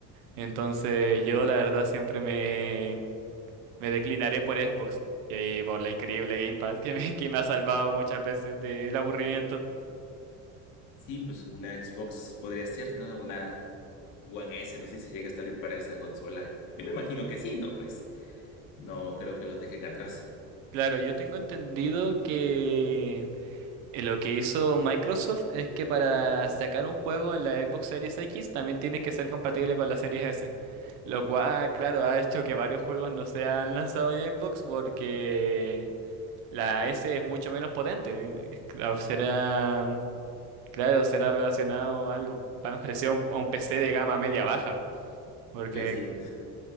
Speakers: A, on the right; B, on the left.
A: Entonces, yo la verdad siempre me, me declinaré por Xbox y por la increíble Game Pass que me, que me ha salvado muchas veces del aburrimiento.
B: Sí, pues una Xbox podría ser, ¿no? Una One S, no sé si llega a salir para esa consola. Yo me imagino que sí, ¿no? Pues no creo que los dejen atrás.
A: Claro, yo tengo entendido que Eh, Lo que hizo Microsoft es que para sacar un juego en la Xbox Series X también tienes que ser compatible con la Series S. Lo cual, claro, ha hecho que varios juegos no se han lanzado en Xbox porque la S es mucho menos potente. <laughs> Claro, será, claro, será relacionado a algo parecido a un, a un PC de gama media baja. Porque
B: Pues sí, <laughs>